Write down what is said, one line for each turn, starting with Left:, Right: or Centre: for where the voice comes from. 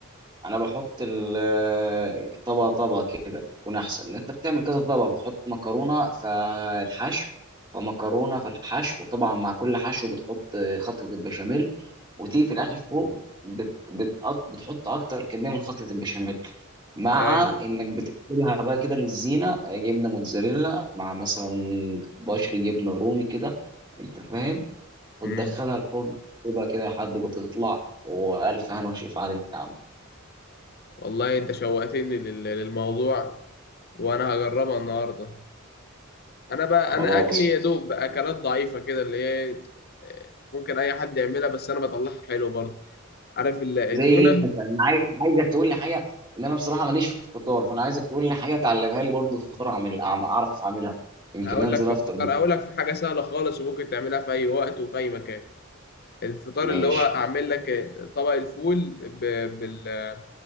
Right: انا بحط ال- آه، طبقه طبقه كده بيكون احسن ان انت بتعمل كذا طبقه بتحط مكرونه فالحشو فمكرونه فالحشو وطبعا مع كل حشو بتحط خلطه البشاميل وتيجي في الاخر فوق بت بت بتحط اكتر كميه من خلطه البشاميل مع
Left: ايوه
Right: انك بتقلبها بقى كده للزينه آه، جبنه موتزاريلا مع مثلا بشر جبنه رومي كده انت فاهم وتدخلها
Left: امم
Right: الفرن تبقى كده لحد ما تطلع والف هنا وشفا عليك يا عم
Left: والله انت شوقتني لل- للموضوع وانا هجربها النهارده انا بقى
Right: خلاص
Left: انا اكلي يا دوب اكلات ضعيفة كده اللي هي آه، ممكن اي حد يعملها بس انا بطلعها حلو برضه عارف ال- التونة
Right: زي ايه مثلا انا عايز عايزك تقول لي حاجه ان انا بصراحه ماليش في الفطار فانا عايزك تقول لي حاجه تعلمها لي برضه في الفطار اعمل أعم- اعرف اعملها يمكن
Left: هقول
Right: انزل
Left: لك في
Right: افطر
Left: الفطار
Right: بيه.
Left: هقول لك في حاجة سهلة خالص وممكن تعملها في اي وقت وفي اي مكان الفطار
Right: ماشي
Left: اللي هو اعمل لك آه، طبق الفول ب- بال-